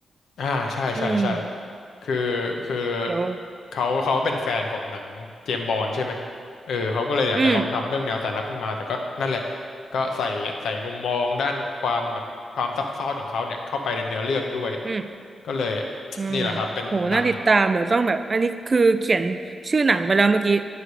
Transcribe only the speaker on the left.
อ่าใช่ใช่ใช่
คือคือ
เขาเขาเป็นแฟนของหนังเจมส์บอนด์ใช่ไหมเออเขาก็เลยอยากจะลองทำเรื่องแนวสายลับขึ้นมา
แต่ก็นั่นแหละ ก็ใส่ใส่มุมมองด้านความแบบความซับซ้อนของเขาเนี่ยเข้าไปในเนื้อเรื่องด้วย
ก็เลย <tsk>
นี่แหละครับเป็นหนัง